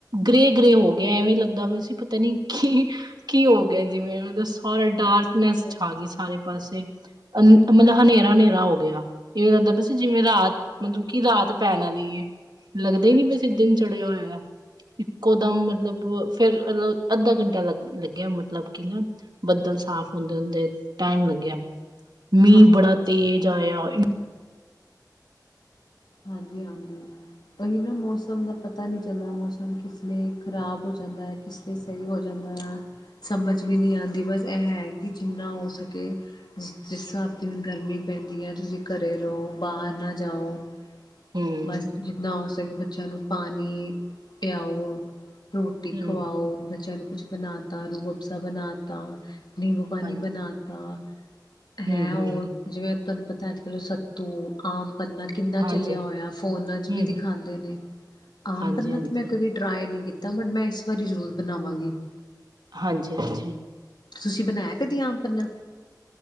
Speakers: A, on the right (about 75°); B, on the left (about 80°).
A: ਗ੍ਰੇ, ਗ੍ਰੇ ਹੋ ਗਿਆ, ਐਵੇਂ ਲੱਗਦਾ ਪਿਆ ਸੀ। ਪਤਾ ਨੀ ਕੀ, ਕੀ ਹੋ ਗਿਆ ਜਿਵੇਂ ਮਤਲਬ ਸਾਰੇ ਡਾਰਕਨੈਸ
B: ਅੱਛਾ ਅੱਛਾ
A: ਛਾ ਗੀ ਸਾਰੇ ਪਾਸੇ। ਅਨ ਮਤਲਬ ਹਨੇਰਾ-ਹਨੇਰਾ ਹੋ ਗਿਆ। ਇਹ ਲੱਗਦਾ ਪਿਆ ਸੀ ਜਿਵੇਂ ਰਾਤ, ਮਤਲਬ ਕਿ ਰਾਤ ਪੈਣ ਆਲੀ ਏ। ਲੱਗਦਾ ਈ
B: ਅੱਛਾ
A: ਨੀ ਪੇਆ ਸੀ ਦਿਨ ਚੜਿਆ ਹੋਇਆ, ਇੱਕੋ ਦਮ ਮਤਲਬ ਫੇਰ ਮਲਬ ਅੱਧਾ ਘੰਟਾ ਲੱਗ ਲੱਗਿਆ ਮਤਲਬ ਕਿ ਨਾ। ਬੱਦਲ ਸਾਫ਼ ਹੁੰਦੇ ਹੁੰਦੇ ਟਾਈਮ ਲੱਗਿਆ, ਮੀਂਹ
B: ਅੱਛਾ
A: ਬੜਾ
B: ਅੱਛਾ
A: ਤੇਜ਼ ਆਇਆ।
B: ਹਾਂਜੀ-ਹਾਂਜੀ। ਓਹੀ ਨਾ ਮੌਸਮ ਦਾ ਪਤਾ ਨੀ ਚੱਲਦਾ, ਮੌਸਮ ਕਿਸ ਵੇਲੇ ਖ਼ਰਾਬ ਹੋ ਜਾਂਦਾ ਐ ਕਿਸ ਸਹੀ ਹੋ ਜਾਂਦਾ ਏ ਆ ਸਮਝ ਵੀ ਨੀ ਆਦੀ, ਬਸ ਐਹ ਹੈ ਕਿ ਜਿੰਨਾ ਹੋ ਸਕੇ ਜਿਸ, ਜਿਸ ਸਾਬ ਦੀ ਹੁਣ ਗਰਮੀ ਪੈਂਦੀ ਐ, ਤੁਸੀਂ ਘਰੇ ਰਹੋ, ਬਾਹਰ ਨਾ ਜਾਓ।
A: ਹਮ
B: ਬਸ ਜਿੰਨਾ ਹੋ ਸਕੇ ਬੱਚਿਆਂ ਨੂੰ ਪਾਣੀ, ਪਿਆਓ। ਰੋਟੀ
A: ਹਮ
B: ਖਵਾਓ,
A: ਹਮ
B: ਬੱਚਿਆਂ ਨੂੰ ਕੁਛ ਬਣਾਤਾ ਰੂ ਅਫਜ਼ਾ ਬਣਾਤਾ। ਨਿੰਬੂ ਪਾਣੀ
A: ਹਾਂਜੀ
B: ਬਣਾਤਾ,
A: ਹਮ
B: ਹੈਅ
A: ਹਮ
B: ਔ ਜਿਵੇਂ ਤੁਹਾਨੂੰ ਪਤਾ ਅੱਜ-ਕੱਲ ਸੱਤੂ ਆਮ ਪੰੰਨਾ ਕਿੰ
A: ਹਾਂਜੀ
B: ਚੱਲਿਆ ਹੋਇਆ, ਫੋਨਾਂ ਚ ਵੀ
A: ਹਮ
B: ਦਿਖਾਦੇ
A: ਹਮ
B: ਨੇ, ਆਮ
A: ਹਾਂਜੀ
B: ਪੰਨਾ
A: ਹਾਂਜੀ
B: ਤੇ ਮੈਂ ਕਦੇ ਟਰਾਈ ਨੀ ਕੀਤਾ, ਬਟ ਮੈਂ ਇਸ ਵਾਰੀ ਜ਼ਰੂਰ ਬਣਾਵਾਂਗੀ।
A: ਹਾਂਜੀ ਹਾਂਜੀ
B: ਤੁਸੀਂ ਬਣਾਇਆ ਕਦੀ ਆਮ ਪੰਨਾ?